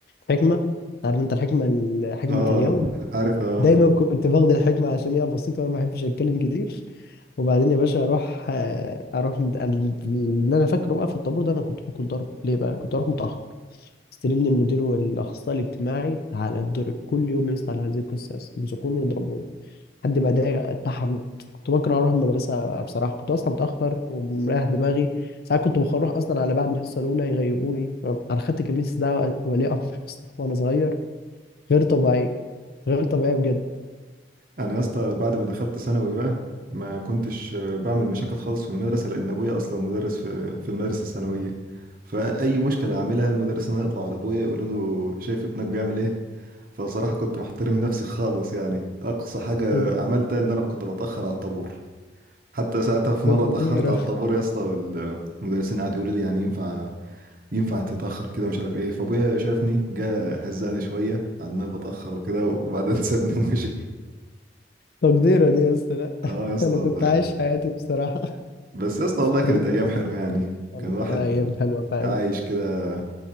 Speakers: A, on the left (about 55°); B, on the right (about 50°).
A: حكمه عارف انت الحكمه ال- حكمه
B: اه
A: اليوم
B: عارف آه.
A: دايما كنت باخد الحكمه عشان هي بسيطه وانا ما بحبش اتكلم كتير وبعدين يا باشا اروح آه، اروح مد... أنا اللي انا فاكره بقى في الطابور ده انا كنت باكل ضرب ليه بقى كنت اروح متاخر استلمني المدير والاخصائي الاجتماعي تعالى اتضرب كل يوم يسطا على هذه القصه يمسكوني يضربوني لحد ما ده اتطحنت كنت بكره اروح المدرسه بصراحه كنت اصحى متاخر ومريح دماغي ساعات كنت بروح اصلا على بعد الحصه الاولى يغيبوني انا خدت كميه استدعاء ولي امر أصلاً وانا صغير غير طبيعي غير طبيعي بجد
B: انا يا اسطى بعد ما دخلت ثانوي بقى ما كنتش آه، بعمل مشاكل خالص في المدرسه لان ابويا اصلا مدرس في في المدرسه الثانويه فاي مشكله اعملها المدرسين هيطلعوا على ابويا يقولوا له شايف ابنك بيعمل ايه فصراحه كنت محترم نفسي خالص يعني اقصى حاجه
A: تق-
B: عملتها ان انا كنت بتاخر على الطابور حتى ساعتها في
A: تقديره
B: مره اتاخرت على الطابور يا اسطى والمدرسين قعدوا يقولوا لي يعني ينفع ينفع تتاخر كده مش عارف ايه فابويا شافني جه هزقني شويه على ان انا بتاخر وكده وبعدين <laughs> سابني ومشي
A: تقديره دي يا اسطى لا
B: اه
A: <laughs>
B: يا اسطى
A: انا
B: والله
A: كنت عايش حياتي بصراحه
B: بس يا اسطى والله كانت
A: <laughs>
B: ايام حلوه يعني
A: والله
B: كان الواحد
A: ايام حلوه فعلا
B: عايش كده